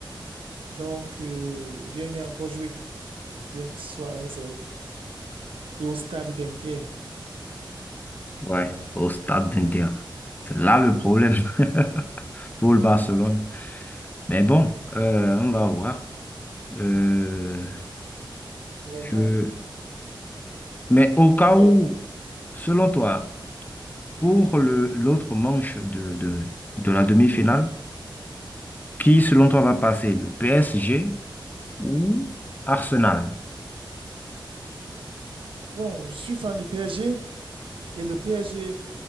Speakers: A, on the right (about 85°); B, on the left (about 20°).
A: Donc, euh, rien n'est encore joué, bien que ce soit 1-0. Et au stade d'Inter,
B: Ouais, au stade d'Inter. C'est là le problème <laughs> pour
A: on
B: le Barcelone. Mais bon, euh, on va voir. Euh,
A: on
B: je,
A: va voir.
B: Mais au cas
A: Mais
B: où, selon toi, pour le, l'autre manche de, de, de la demi-finale, qui selon toi va passer, le PSG ou Arsenal?
A: bon, je suis fan du PSG et le PSG